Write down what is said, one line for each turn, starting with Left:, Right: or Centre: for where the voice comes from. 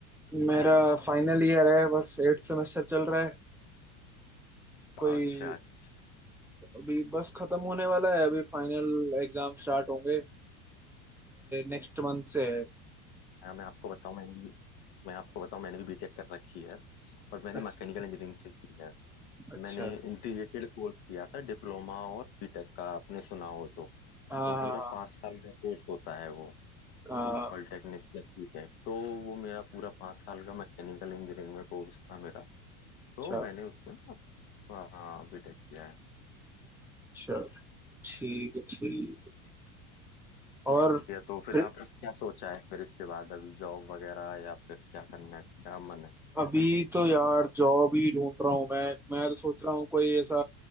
Centre: मेरा फाइनल ईयर है बस एट सेमेस्टर चल रहा है कोई
Left: अच्छा अच्छा
Centre: अभी बस खत्म होने वाला है अभी फाइनल एग्जाम स्टार्ट होंगे नेक्स्ट मंथ से है
Left: हाँ मैं आपको बताऊं मैंने भी मैं आपको बताऊं मैंने भी बीटेक कर रखी है और मैंने
Centre: अच्छा
Left: मैकेनिकल इंजीनियरिंग से की है
Centre: अच्छा
Left: मैंने इंटीग्रेटेड कोर्स किया था डिप्लोमा और बीटेक का आपने सुना हो तो
Centre: हाँ
Left: तो पूरा
Centre: हाँ
Left: पाँच साल का कोर्स होता है वो
Centre: हाँ हाँ
Left: Polytechnic plus BTech तो वो मेरा पूरा पाँच साल का मैकेनिकल इंजीनियरिंग में कोर्स था मेरा तो
Centre: अच्छा
Left: मैंने उसमें हाँ बीटेक किया है
Centre: अच्छा ठीक है ठीक है। और
Left: ये तो फिर
Centre: फ्री
Left: आपने क्या सोचा है फिर इसके बाद अभी जॉब वगैरह या फिर क्या करना है क्या मन है
Centre: अभी तो यार जॉब ही ढूंढ रहा हूँ मैं मैं तो सोच रहा हूँ कोई ऐसा